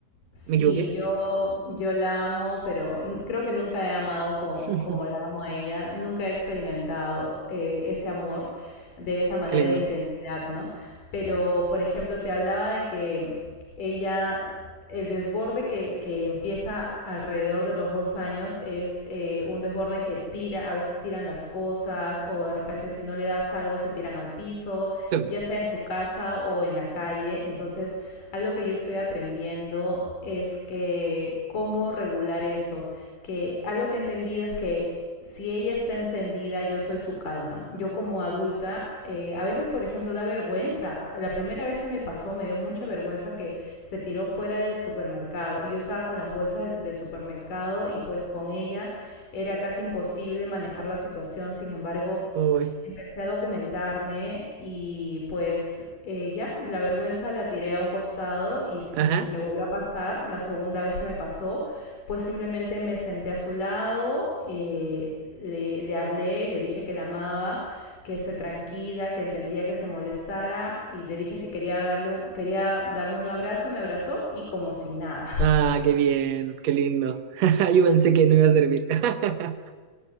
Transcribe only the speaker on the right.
¿Me equivoqué?
<laughs>
Qué lindo.
Sí. po.
Uy,
ajá.
Ah, qué bien, qué lindo. <laughs> Yo pensé que no iba a servir. <laughs>